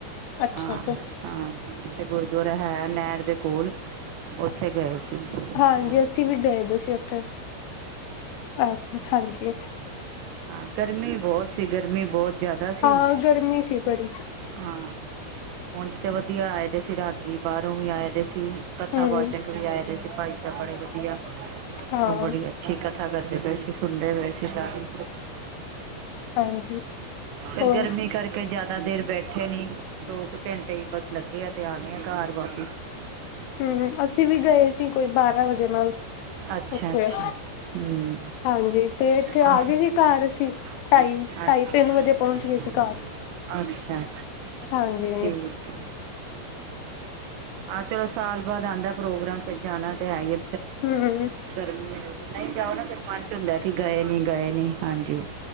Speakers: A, on the left; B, on the right.
A: ਅੱਛਾ
B: ਆਹ
A: ਅੱਛਾ
B: ਹਾਂ, ਉੱਥੇ ਗੁਰਦੁਆਰਾ ਹੈ ਨਹਿਰ ਦੇ ਕੋਲ, ਉੱਥੇ ਗਏ ਸੀ।
A: ਹਾਂਜੀ,
B: ਹਾਂ
A: ਅਸੀਂ ਵੀ ਗਏ ਦੇ ਸੀ ਉੱਥੇ, ਅੱਛਾ ਹਾਂਜੀ
B: ਹਾਂ, ਗਰਮੀ ਬਹੁਤ ਸੀ, ਗਰਮੀ ਬਹੁਤ ਜ਼ਿਆਦਾ ਸੀ'
A: ਹਾਂ ਗਰਮੀ ਸੀ ਬੜੀ
B: ਹਾਂ' ਉਂਜ ਤਾਂ ਵਧੀਆ ਆਏ ਦੇ ਸੀ ਰਾਗੀ ਬਾਹਰੋਂ ਵੀ ਆਏ ਦੇ ਸੀ ਕਥਾ
A: ਹੂੰ
B: ਵਚਕ ਵੀ ਆਏ। ਜੈਸੇ ਭਾਈ ਸਾਹਿਬ ਬੜੇ ਵਧੀਆ,
A: ਹਾਂ
B: ਉਹ ਬੜੀ ਅੱਛਾ ਕਥਾ ਕਰਦੇ ਪਏ ਸੀ, ਸੁਣਦੇ ਪਏ ਸੀ ਸਾਰੇ
A: ਹਾਂਜੀ
B: ਇਹ
A: ਹੋਰ
B: ਗਰਮੀ ਕਰਕੇ ਜ਼ਿਆਦਾ ਦੇਰ ਬੈਠੇ ਨੀ। ਦੋ ਕੁ ਘੰਟੇ ਹੀ ਬੱਸ ਲੱਗੇ ਆ। ਤੇ ਆ ਗਈਆਂ ਘਰ ਵਾਪਿਸ।
A: ਹਮ, ਅਸੀਂ ਵੀ ਗਏ ਸੀ। ਕੋਈ ਬਾਰਾਂ ਵਜੇ ਨਾਲ
B: ਅੱਛਾ
A: ਉੱਥੇ।
B: ਅੱਛਾ ਹੂੰ
A: ਹਾਂਜੀ, ਤੇ ਇੱਥੇ
B: ਆਹ
A: ਆ ਗਏ ਸੀ ਘਰ ਅਸੀਂ।
B: <unintelligible>
A: ਢਾਈ ਢਾਈ ਤਿੰਨ ਵਜੇ ਪਹੁੰਚ ਗਏ ਸੀ ਘਰ
B: ਅੱਛਾ,
A: ਹਾਂਜੀ,
B: ਠੀਕ ਹੈ ਆਹ, ਚਲੋ ਸਾਲ ਬਾਅਦ ਆਂਦਾ ਪ੍ਰੋਗਰਾਮ, ਫਿਰ ਜਾਣਾ ਤੇ ਹੈ ਹੀ।
A: ਹੂੰ,
B: ਗਰਮੀ, ਨਹੀਂ ਜਾਓ ਨਾ ਫਿਰ ਮਨ ਚ ਹੁੰਦਾ ਕਿ ਗਏ ਨੀ ਗਏ ਨੀ। ਹਾਂਜੀ